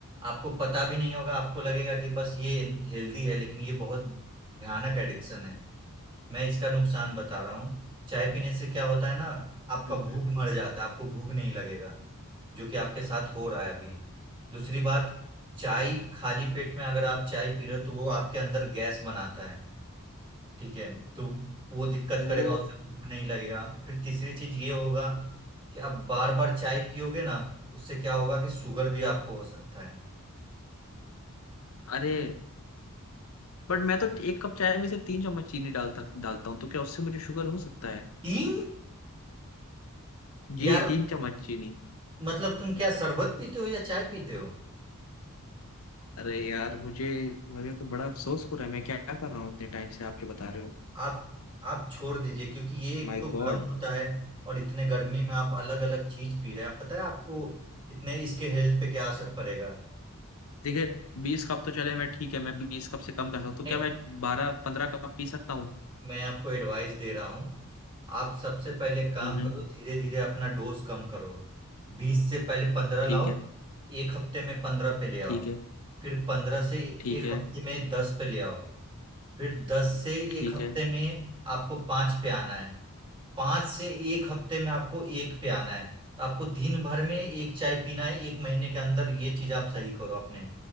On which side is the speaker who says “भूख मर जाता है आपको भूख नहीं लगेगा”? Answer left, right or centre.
Right